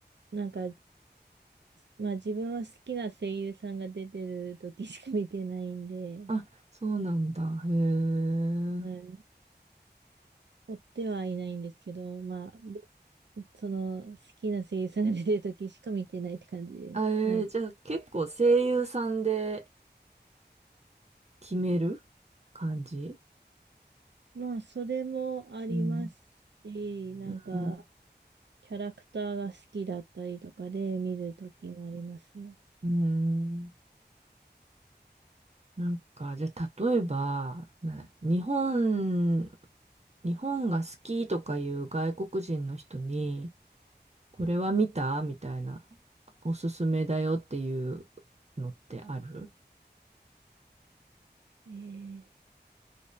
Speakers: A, on the right (about 80°); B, on the right (about 40°).
A: なんかまあ自分は好きな声優さんが出てる時しか見てないんで、
B: あ、そうなんだ。へえ。うん。
A: はい。追ってはいないんですけど、まあ、その好きな声優さんが出てる時しか見てないって感じでね。
B: あえーじゃあ結構声優さんで
A: なん
B: 決める感じ
A: まあ、それもありますし、
B: うん。
A: なんか、
B: うん。
A: キャラクターが好きだったりとかで見る時もありますね。
B: うん。なんか、じゃあ、例えば、な日本、日本が好きとかいう外国人の人に、これは見たみたいな、おすすめだよっていうのってある
A: えー